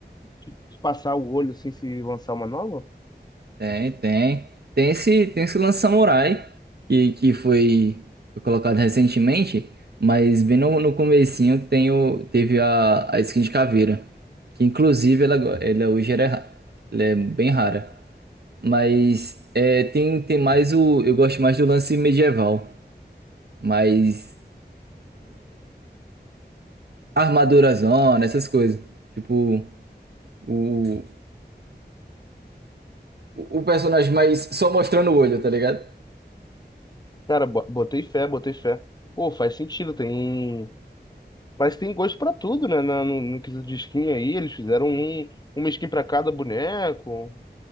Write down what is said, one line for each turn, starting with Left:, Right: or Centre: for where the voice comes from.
Left: se passar o olho, assim, se lançar uma nova?
Right: Tem, tem. Tem esse, tem esse lance Samurai, que, que foi, foi colocado recentemente, mas bem no, no comecinho tem o, teve a, a skin de caveira, que inclusive ela, agora- ela hoje ela é, ra- ela é bem rara. Mas é, tem, tem mais o... Eu gosto mais do lance medieval, mas armadura zona, essas coisas. Tipo, o, o o personagem mais só mostrando o olho, tá ligado?
Left: Cara, bo- botei fé, botei fé. Pô, faz sentido, tem. mas tem gosto pra tudo, né? na- No, no quesito de skin aí, eles fizeram um, uma skin pra cada boneco.